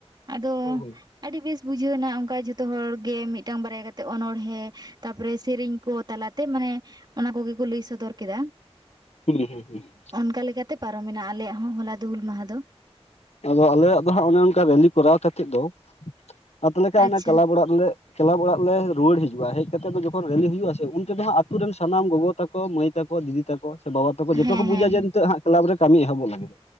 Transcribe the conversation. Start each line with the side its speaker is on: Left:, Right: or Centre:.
Right: ᱟᱫᱚ
Left: ᱦᱩᱸ
Right: ᱟᱹᱰᱤ ᱵᱮᱥ ᱵᱩᱡᱷᱟᱹᱣ ᱮᱱᱟ ᱚᱱᱠᱟ ᱡᱷᱚᱛᱚ ᱦᱚᱲ ᱜᱮ ᱢᱤᱫᱴᱟᱝ ᱵᱟᱨᱭᱟ ᱠᱟᱛᱮᱜ ᱚᱱᱚᱬᱦᱮᱸ ᱛᱟᱯᱚᱨᱮ ᱥᱮᱨᱮᱧ ᱠᱚ ᱛᱟᱞᱟᱛᱮ, ᱢᱟᱱᱮ ᱚᱱᱟ ᱠᱚᱜᱮ ᱠᱚ ᱞᱟᱹᱭ ᱥᱚᱫᱚᱨ ᱠᱮᱫᱟ᱾
Left: ᱦᱩᱸ ᱦᱩᱸ ᱦᱩᱸ᱾
Right: ᱚᱱᱠᱟ ᱞᱮᱠᱟᱛᱮ ᱯᱟᱨᱚᱢᱮᱱᱟ ᱟᱞᱮᱭᱟᱜ ᱦᱚᱸ ᱦᱚᱞᱟ ᱫᱩ ᱦᱩᱞ ᱢᱟᱦᱟ ᱫᱚ᱾
Left: ᱟᱫᱚ ᱟᱞᱮᱭᱟᱜ ᱫᱚ ᱦᱜ ᱚᱱᱮ ᱚᱱᱠᱟ ᱨᱮᱞᱤ ᱠᱚᱨᱟᱣ ᱠᱟᱛᱮ ᱫᱚ ᱟᱚᱛ ᱞᱮᱠᱟ
Right: ᱟᱪᱪᱷᱟ
Left: ᱠᱟᱞᱟ ᱚᱲᱟᱜ ᱨᱮᱞᱮ ᱠᱮᱞᱟᱵᱽ ᱚᱲᱟᱜ ᱞᱮ ᱨᱩᱣᱟᱹᱲ ᱦᱤᱡᱩᱜᱼᱟ ᱦᱮᱡ ᱠᱟᱛᱮᱜ ᱫᱚ ᱡᱚᱠᱷᱚᱱ ᱨᱮᱞᱤ ᱦᱩᱭᱩᱜᱼᱟ, ᱥᱮ ᱩᱱᱛᱮᱚ ᱦᱟᱸᱜ ᱟᱛᱩᱨ ᱨᱮᱱ ᱥᱟᱱᱟᱢ ᱜᱚᱜᱚ ᱛᱟᱠᱚ ᱢᱟᱹᱭ ᱛᱟᱠᱚ ᱫᱤᱫᱤ ᱛᱟᱠᱚ ᱥᱮ ᱵᱟᱵᱟ ᱛᱟᱠᱚ ᱡᱚᱛᱚ
Right: ᱦᱮᱸ
Left: ᱠᱚ ᱵᱩᱡᱟ
Right: ᱦᱮᱸ
Left: ᱡᱮ ᱱᱤᱛᱚᱜ ᱦᱟᱜ ᱠᱞᱟᱵᱽ ᱨᱮ ᱠᱟᱹᱢᱤ ᱮᱦᱚᱵᱚᱜ ᱞᱟᱹᱜᱤᱫ